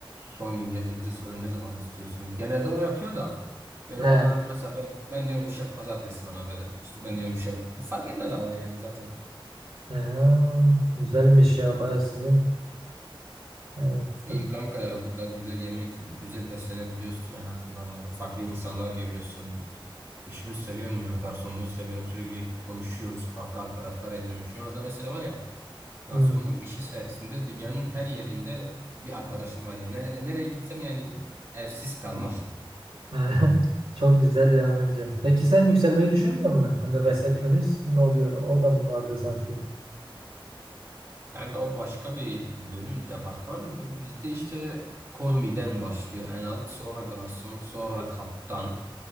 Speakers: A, on the right; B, on the right.
A: son gün gelip bize soruyor ne zaman istiyorsunuz? Genelde o yapıyor da böyle
B: He.
A: bazen mesela ben ben diyorum şef pazartesi bana ver. İşte ben diyorum şef fark etmez ama yani zaten
B: he, Güzelmiş ya baya sizin. Evet.
A: İyi
B: Hı,
A: kanka ya burada güzel yemek, güzel beslenebiliyorsun en azından ya. Farklı insanlar görüyorsun. İşimi seviyorum ya. Garsonluğu seviyorum. Sürekli konuşuyoruz. Farklı arkadaşlar ediniyorum. Şu anda mesela var ya garsonluk
B: hı.
A: işi sayesinde dünyanın her yerinde bir arkadaşım var ya. Nere, nereye gitsem yani evsiz kalmam. <laughs>
B: He, <laughs> Çok güzel ya bence. Peki sen yükselmeyi düşünmüyor musun? Hani resepsiyonist ne oluyor? O da mı vardı sanki?
A: Kanka o başka bir bölüm, departman. B- Bizde işte komiden başlıyor en alt. Sonra garson, sonra kaptan.